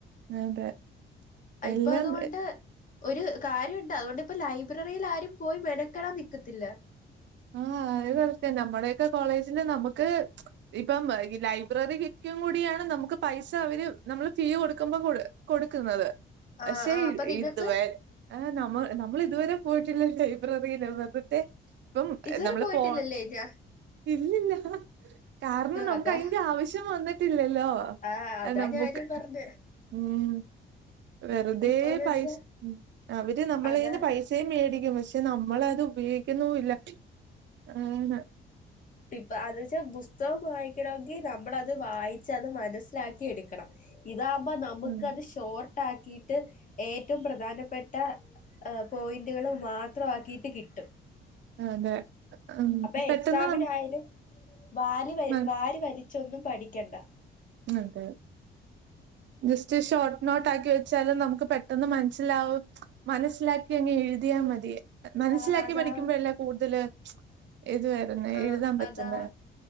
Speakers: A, on the right; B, on the left.
A: അതെ എല്ലാം
B: ഇപ്പ അതുകൊണ്ട് ഒരു കാര്യോണ്ട് അതു കൊണ്ടിപ്പം ലൈബ്രറിയില് ആരും പോയി മെനക്കെടാൻ നിക്കത്തില്ല
A: ആ ആര് പറഞ്ഞ് നമ്മുടെയൊക്കെ കോളേജില് നമുക്ക് ഇപ്പം ഈ ലൈബ്രറി ക്കും കൂടിയാണ് നമുക്ക് പൈസ അവര് നമ്മള് ഫീ കൊടുക്കുമ്പോ കൊട് കൊടുക്കുന്നത്
B: ആഹ്
A: പക്ഷെ
B: ആഹ് അപ്പൊ നിങ്ങക്ക്
A: ഇതുവെ ആഹ് നമ്മ നമ്മള് ഇതുവരെ പോയിട്ടില്ല ലൈബ്രറിയില് <unintelligible> ഇപ്പം
B: ഇതുവരെ
A: നമ്മള്
B: പോയിട്ടില്ലല്ലേ
A: പോ
B: ഞാൻ
A: ഇല്ലില്ല കാരണം നമുക്ക്
B: അതാ
A: അയിന്റെ ആവശ്യം വന്നിട്ടില്ലല്ലോ?
B: ആഹ്
A: ആ
B: അതാ
A: നമുക്ക്
B: ഞാനും പറഞ്ഞെ
A: ഉം വെറുതെ
B: ഇപ്പൊന്ന്
A: പൈസ
B: വെച്ചാ
A: അവര് നമ്മളേന്ന്
B: അതാ
A: പൈ സേയും മേടിക്കും പക്ഷെ നമ്മളത് ഉപയോഗിക്കുന്നുല്ല ആണ്
B: ഇപ്പ അത് വെച്ചാ പുസ്തകം വായിക്കണോങ്കി നമ്മളത് വായിച്ച് അത് മനസ്സിലാക്കി എടുക്കണം ഇതാമ്പം നമുക്ക്
A: ഉം
B: അത് ഷോർട്ടാക്കിട്ട് ഏറ്റവും പ്രധാനപ്പെട്ട ആ പോയിന്റുകള് മാത്രവാക്കിയിട്ട് കിട്ടും
A: അതെ ഉം
B: അപ്പൊ
A: പെട്ടെന്ന്
B: എക്സാമിനായാലും വാരി
A: ഉം
B: വ വാരി വലിച്ചൊന്നും പഠിക്കണ്ട
A: അതെ ജസ്റ്റ് ഷോർട്ട് നോട്ട് ആക്കി വെച്ചാലും നമുക്ക് പെട്ടെന്ന് മനസ്സിലാവും മനസ്സിലാക്കി അങ്ങെ എഴുതിയാൽ മതി മനസ്സിലാക്കി
B: ആഹ് അതാ
A: പഠിക്കുമ്പോഴല്ല കൂടുതൽ ഇത് വരുന്നെ
B: ആഹ്
A: എഴുതാൻ പറ്റുന്നെ
B: അതാ